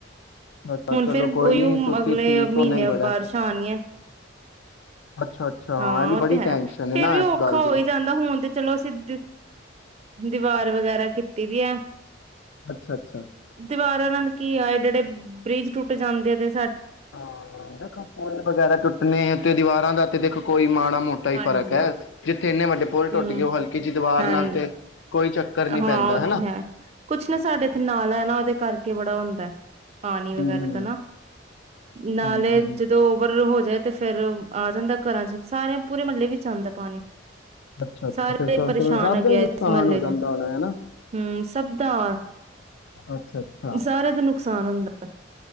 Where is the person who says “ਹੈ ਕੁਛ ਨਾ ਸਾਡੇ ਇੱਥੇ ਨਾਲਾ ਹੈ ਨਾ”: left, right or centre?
Right